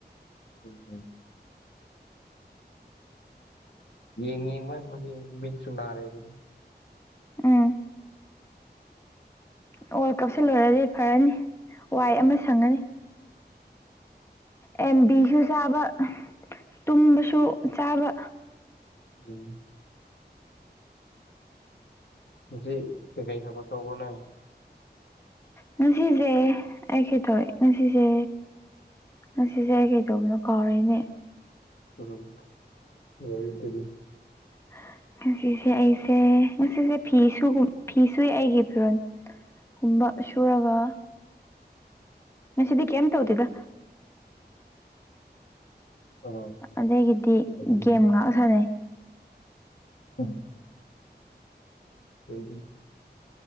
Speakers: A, on the left; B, on the left.
A: ꯎꯝ ꯎꯝ ꯌꯦꯡ ꯌꯦꯡꯃꯟꯕꯒꯤ ꯃꯤꯠꯇꯨ ꯅꯥꯔꯦ ꯑꯗꯨꯗꯤ
B: ꯎꯝ ꯑꯣ ꯀꯥꯎꯁꯂꯣꯏꯔꯗꯤ ꯐꯔꯅꯤ ꯋꯥꯏ ꯑꯃ ꯁꯪꯉꯅꯤ ꯑꯦꯝ ꯕꯤꯁꯨ ꯆꯥꯕ ꯇꯨꯝꯕꯁꯨ ꯆꯥꯕ
A: ꯎꯝ ꯏꯁꯤ ꯀꯒꯥꯏ ꯊꯕꯈꯕ ꯅ
B: ꯉꯁꯤꯁꯦ ꯑꯩ ꯀꯩꯇꯧꯋꯦ ꯉꯁꯤꯁꯦ ꯉꯁꯤꯁꯦ ꯑꯩ ꯀꯩꯗꯧꯕꯅꯣ ꯀꯥꯎꯔꯅꯦ
A: ꯎꯝ ꯍꯗꯅꯦ
B: ꯑ ꯉꯁꯤꯁꯦ ꯑꯩꯁꯦ ꯉꯁꯤꯁꯦ ꯐꯤ ꯁꯨꯒ ꯐꯤ ꯁꯨꯏ ꯑꯩꯒꯤ ꯐꯤꯔꯣꯟꯜ ꯨꯝꯕ ꯁꯨꯔꯒ ꯉꯁꯤꯗꯤ ꯀꯩꯝ ꯇꯧꯗꯦꯗ
A: ꯑꯥ
B: ꯑꯗꯒꯤꯗꯤ
A: ꯑꯩꯗꯤ
B: ꯒꯦꯝ ꯉꯥꯛ ꯁꯥꯟꯅꯩ
A: ꯑ ꯎꯝ ꯎꯝ